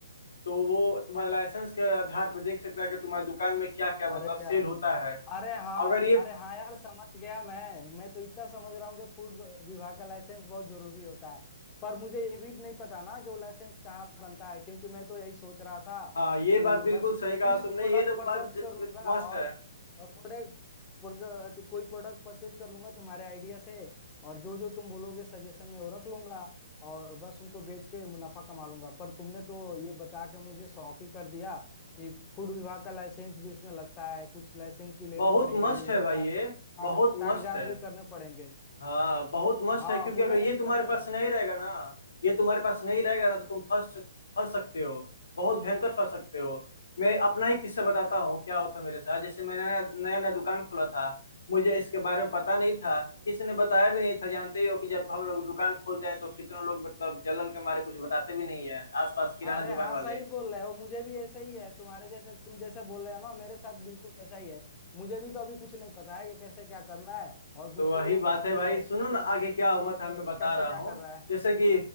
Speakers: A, on the left (about 75°); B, on the left (about 25°).
A: तो वो तुम्हारे लाइसेंस के आधार पर देख सकता है कि तुम्हारी दुकान में क्या क्या
B: अरे
A: मतलब सेल
B: क्या
A: होता है
B: अरे हाँ
A: अगर ये
B: अरे हाँ यार समझ गया मैं मैं तो इतना समझ रहा हूँ कि फूड विभाग का लाइसेंस बहुत जरूरी होता है पर मुझे ये भी नहीं पता ना कि वो लाइसेंस कहाँ बनता है क्योंकि मैं तो यही सोच रहा था
A: हाँ ये
B: कि
A: बात बिल्कुल
B: बस
A: सही कहा
B: कुछ
A: तुमने
B: प्रोडक्ट
A: ये तो
B: परचेज
A: बात
B: कर लूंगा
A: मस्ट
B: और
A: है
B: और प्रोडक्ट कोई प्रोडक्ट परचेज कर लूंगा तुम्हारे आइडिया से और जो जो तुम बोलोगे सजेशन में वो रख लूंगा और बस उनको बेच के मुनाफा कमा लूंगा पर तुमने तो ये बता के मुझे शौक ही कर दिया कि फूड विभाग का लाइसेंस भी इसमें लगता है कुछ लाइसेंस भी लेने
A: बहुत
B: पड़ेंगे
A: मस्ट
B: लीगल
A: है भाई
B: का
A: ये
B: काग-
A: बहुत
B: कागजात
A: मस्ट है
B: भी करने पड़ेंगे
A: हाँ बहुत मस्त
B: हाँ
A: है क्योंकि
B: मुझे
A: अगर ये
B: नहीं
A: तुम्हारे
B: पता
A: पास
B: था
A: नहीं रहेगा ना ये तुम्हारे पास नहीं रहेगा ना तो तुम फंस फंस सकते हो बहुत भयंकर फंस सकते हो मैं अपना ही किस्सा बताता हूँ क्या होता मेरे साथ जैसे मैंने नया नया नया दुकान खोला था मुझे इसके बारे में पता नहीं था किसी ने बताया भी नहीं था जानते ही हो कि जब हम लोग दुकान खोलते हैं तो कितने लोग मतलब जलन के मारे कुछ बताते भी नहीं है आसपास किराना
B: अरे
A: दुकान
B: हाँ
A: वाले
B: सही बोल रहे हो मुझे भी ऐसा ही है तुम्हारे जैसे तुम जैसे बोल रहे हो ना मेरे साथ बिल्कुल ऐसा ही है मुझे भी तो अभी कुछ नहीं पता है कि कैसे क्या करना है और दूसरे
A: तो वही
B: लोग
A: बात
B: मजे
A: है
B: भी
A: भाई
B: ले
A: सुनो
B: रहे
A: ना
B: हैं कि
A: आगे क्या हुआ
B: ये
A: था मैं बता
B: कैसे
A: रहा
B: क्या
A: हूँ
B: कर रहा है
A: जैसे कि